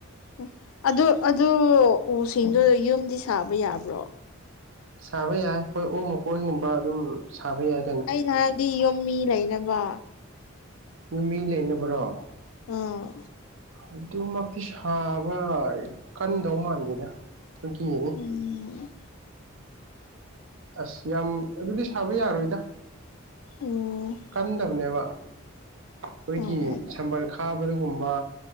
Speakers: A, on the left (about 80°); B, on the right (about 65°).
A: ꯎꯝ ꯑꯗꯨ ꯑꯗꯨ ꯎꯁꯤꯡꯗꯣ ꯌꯨꯝꯗꯤ ꯁꯥꯕ ꯌꯥꯕ꯭ꯔꯣ
B: ꯁꯥꯕ ꯌꯥꯢ ꯈꯣꯢ ꯑꯣꯛ ꯃꯀꯣꯟꯒꯨꯝꯕ ꯑꯗꯨꯝ ꯁꯥꯕ ꯌꯥꯢ
A: ꯑꯩꯅ ꯍꯥꯢꯕꯗꯤ ꯌꯨꯝ ꯃꯤ ꯂꯩꯅꯕ
B: ꯌꯨꯝ ꯃꯤ ꯂꯩꯅꯕ꯭ꯔꯣ
A: ꯑꯥ
B: ꯑꯗꯨꯃꯛꯇꯤ ꯁꯥꯕ ꯀꯟꯗꯧ ꯃꯥꯟꯗꯦꯗ ꯑꯩꯈꯣꯏꯒꯤ
A: ꯎꯝ
B: ꯑꯁ ꯌꯥꯝ ꯑꯗꯨꯗꯤ ꯁꯥꯕ ꯌꯥꯔꯣꯏꯗ꯫
A: ꯑꯣ
B: ꯀꯟꯗꯕꯅꯦꯕ ꯑꯩꯈꯣꯏꯒꯤ
A: ꯑꯣ ꯑꯣ
B: ꯁꯝꯕꯜ ꯈꯥꯕꯗꯒꯨꯝꯕ